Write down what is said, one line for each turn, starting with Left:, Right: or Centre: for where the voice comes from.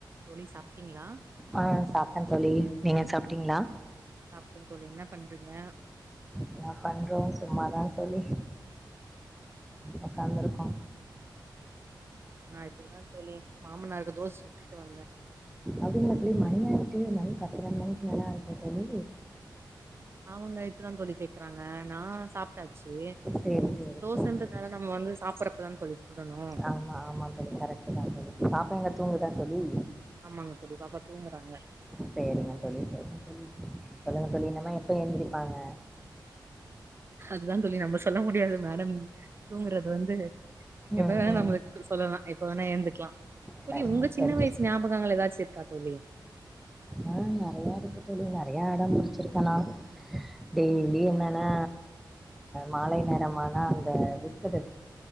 Right: தோழி சாப்ட்டீங்ளா
Centre: ஆ சாப்ட்டே தோழி நீங்க சாப்ட்டீங்களா
Right: சாப்டேன் தோழி என்ன பண்றீங்க
Centre: என்ன பண்றோ சும்மாதா தோழி உக்காந்துருக்கோ
Right: நா இப்டிதா தோழி மாமனாருக்கு தோஸ் சுட்டுட் வந்தே
Centre: அப்டிங்களா தோழி மணி ஆயிட்டு மணி பத்தர மணிக்கு மேல ஆயிட்டே தோழி
Right: ஆமாங்க இப்பதான் தோழி கேக்குறாங்க நா சாப்ட்டாச்சு
Centre: சேரி சேரி
Right: தோசன்றதுனால
Centre: சேரி சேரி
Right: நம்ம வந்து சாப்றப்பதா தோழி சுடணு
Centre: ஆமா ஆமா தோழி கரெக்ட் தா தோழி பாப்ப எங்க தூங்குதா தோழி
Right: ஆமாங்க தோழி பாப்பா தூங்குறாங்க
Centre: செரிங்க தோழி சரிங்க தோழி சொல்லுங்க தோழி இன்னும்ம எப்ப எந்திரிப்பாங்க
Right: அதுதா தோழி நம்ம சொல்ல முடியாது மேடம் தூங்குறது வந்து எப்ப
Centre: ம்
Right: வேணா
Centre: ம்
Right: நம்மளுக்கு சொல்லலாம் இப்ப வேணா ஏந்துக்கலாம் தோழி
Centre: சரிங்க
Right: உங்க சின்ன
Centre: சரிங்க
Right: வயசு ஞாபகங்க ஏதாச்ச இருக்கா தோழி
Centre: ஆ நெறைய இருக்கு தோழி நெறைய அடம் பிடிச்சிருக்கேனா டெய்லி என்னன்னா மாலை நேரமானா அந்த பிஸ்கட்